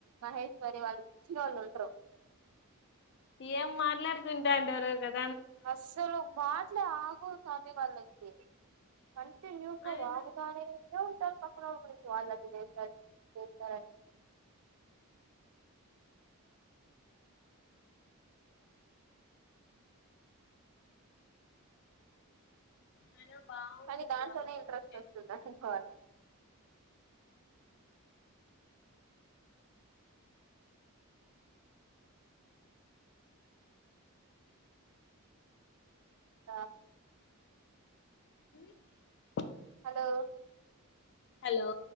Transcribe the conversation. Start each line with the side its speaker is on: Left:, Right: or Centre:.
Right: మహేశ్వరి వాళ్ళకి ఇచీనోళ్ళు ఉంట్రు
Left: ఏం మాట్లాడుకుంటాడారో కద్
Right: అస్సలు మాట్లే ఆగవ్ సామీ వాళ్ళక్ కి కంటిన్యూస్ గా
Left: అయినా
Right: వాగుతానే ఉంటారు పక్కన ఒళ్ళు గురించి వాళ్ళ అది చేస్తారు ఇది చేస్తారని
Left: అయినా బాగుంటుంది
Right: కానీ దాంట్లోనే
Left: వాళ్ళతో
Right: ఇంట్రెస్ట్
Left: ఉంటే
Right: వస్తుంది అనుకోవాలి ద
Left: అ
Right: హలో
Left: హలో